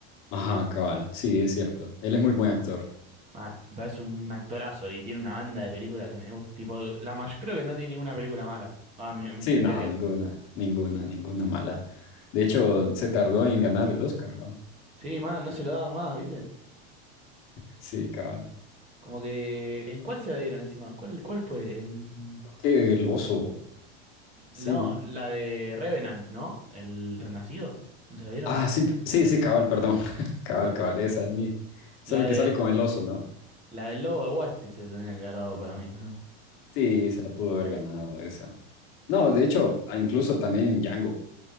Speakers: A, on the left; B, on the right.
A: Ajá, cabal, sí, es cierto, él es muy buen actor.
B: Mal, me parece un actorazo y tiene una banda de películas que me gusta. Tipo, la mayor, creo que no tiene ninguna película mala, a mi, mi
A: Sí,
B: criterio.
A: no, ninguna, ninguna, ninguna mala. De hecho, se tardó en ganar el Oscar, ¿va?
B: Sí, mal, no se lo daban más, ¿viste?
A: Sí, cabal.
B: Como que, ¿en cuál se la dieron encima? ¿En ¿Cuál, cuál fue? El,
A: Creo que el oso,
B: la,
A: sí, ¿no?
B: la de Revenant, ¿no? ¿El Renacido? ¿No se la dieron?
A: Ah, sí, sí, sí, cabal, perdón. <laughs> Cabal, cabal, esa es mía. Esa
B: La
A: es lo
B: de,
A: que sale con el oso, ¿no?
B: la del Lobo de Wall Street se la tendrían que haber dado para mí, ¿o ¿no?
A: Sí, se la pudo haber ganado esa. No, de hecho, ah, incluso también Django.